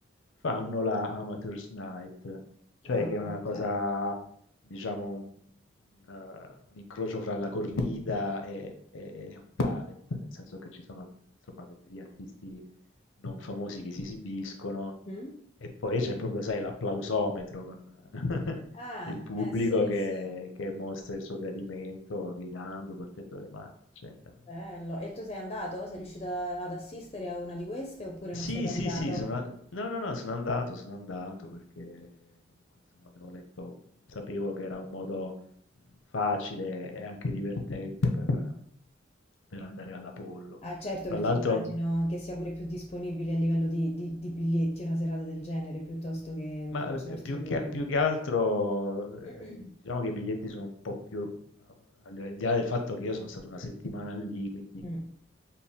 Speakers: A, on the left (about 85°); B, on the left (about 30°).
A: fanno la Amateurs Night, cioè
B: Ah,
A: che è una
B: ok.
A: cosa, diciamo, un, una- un incrocio fra la corrida e, e un talent, nel senso che ci sono, insomma, de- degli artisti non famosi che si esibiscono
B: Mm?
A: e poi c'è proprio, sai, l'applausometro con <laughs>
B: Ah,
A: il pubblico
B: eh sì,
A: che,
B: sì,
A: che mostra il suo gradimento gridando, battendo le mani, eccetera.
B: bello. E tu sei andato? Sei riuscito a- ad assistere a una di queste oppure
A: Sì,
B: non sei capitato?
A: sì, sì, sono, no, no, no, sono andato, sono andato perché comunque insomma avevo letto, sapevo che era un modo mh, facile e anche divertente per, per andare all'Apollo.
B: Ah, certo,
A: Fra
B: perché
A: l'altro
B: immagino che sia pure più disponibile a livello di, di- di biglietti una serata del genere piuttosto che un
A: Ma
B: concerto
A: eh, più
B: di quello.
A: che, più che altro, eh,
B: <clears throat>
A: diciamo che i biglietti sono un po' più, al al di là del fatto che io sono stato una settimana lì, quindi
B: Mm,